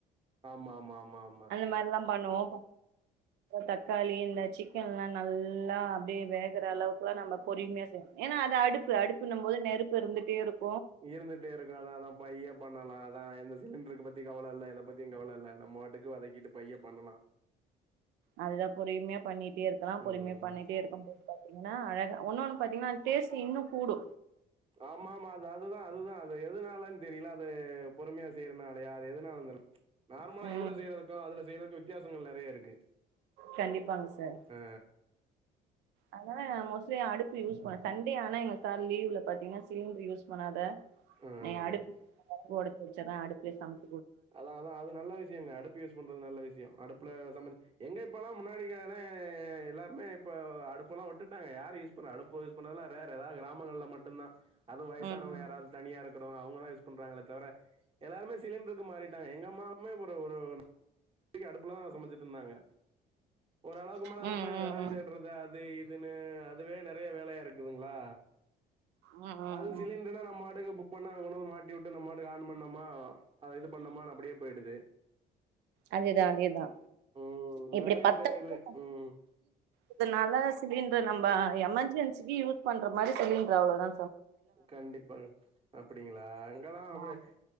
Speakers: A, on the right (about 35°); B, on the right (about 85°).
A: ஆமா ஆமா ஆமா ஆமா
B: மாரில்லா பண்ணுவோ தக்காளி இந்த சிக்கன்லா நல்லா அப்டியே வேகற அளவுக் நல்லா நம்ம பொரிமியா செய் ஏன்னா அது அடுப்பு அடுப்புனும் போது நெருப்பு இருந்துட்டே இருக்
A: இருந்துட்டே இருக்கு அதா அதா பைய பண்ணலா அதா எந்த சிலிண்டருக்கு பத் பத்தி கவல இல்ல எத பத்தியு கவல இல்ல நம்ம பாட் டுக்கு வதக்கிட்டு பைய பண்ணுனா
B: அதுதா பொறுமையா பண்ணிட்டே இருக்கலா
A: ம்
B: பொறுமையா பண்ணிட்டே இருக்கும் போது பாத்தீங்கன்னா அழகா ஒன்னொன்னு பாத்தீங்கன்னா டேஸ்ட் இன்னு கூடு
A: ஆமா ஆமா அது அதுதா அதுதா அது எதுனாலன் தெரியல அது பொறுமையா செய்யறனாலயா அது எதுனாலன் தெர்ல நார்மலா
B: ம்
A: இதுல செய்யறதுக்கு அதுல செய்யறதுக்கு வித் வித்தியாசங்கள் நெறைய இருக்கு
B: கண்டிப்பாங்க சார்
A: ஆ,
B: அதுதா மோஸ் லி அடுப்பு யூஸ் பண் சண்டே ஆனா எங்களுக் சார் லீவ்ல பாத்தீங்கன்னா சிலிண்டர் யூஸ் பண்ணாத
A: ஆ.
B: எ அடுப்பு ஒடச்சு வெச்சுர்ற அடுப்புலயே சமச்
A: அதா அதா அது நல்ல விஷ்யோங்க அடுப்பு யூஸ் பண்றது நல்ல விஷ்யோ அடுப்புல சமச்சு எங்க இப்பெல்லா முன்னாடிகாண எல்லாருமே இப்போ அடுப்பெல்லா உட்டுட்டாங்க யாரு யூஸ் பண்ணுவாங்க அடுப்பு யூஸ் பண்ணுறதெல்லா றேரு ஏதாவது கிராமங்கள்ல மட்டுந்தா அதுவு வயசானவங்க
B: ம் ம்
A: யாராவது தனியா இருக்குறவங்க அவங்கதா யூஸ் பண்றாங்களே தவர எல்லாருமே சிலிண்ரு மாறிட்டாங்க எங்க அம்மா மே ஒரு ஒரு அடுப் அடுப்லதா சமச்சுட்டு இருந்தாங்க ஓரளவுக்கு மேல அந்த
B: ம்
A: போய் வெறகு
B: ம்
A: தேடுறது அது இது அதுன்னு அதுவே நெறைய வேலையா இருக்குதுங்களா
B: ம் ம் ம்
A: அது சிலிண்டர்னா நம்ம வாட்டுக்கு புக் பண்ணாங்க கொண்டு வந்து மாட்டி உட்டு நம்ம வாட்டுக்கு ஆன் பண்ணோமா அத இது பண்ணோமான்னு அப்படியே போயிடுது
B: அதேதா அதேதா
A: ம்
B: இப்டி
A: விறகு
B: பத்து
A: தேய்லு
B: வருஷோ
A: ம்
B: இதனால சிலிண்டர் நம்ப எமர்ஜென்சிக்கு யூஸ் பண்ற மாரி சிலிண்டரு அவ்வளோதா
A: கண்டிப்பாங்க அப்டிங்களா அங்கல்லா அப்புடி
B: ஆ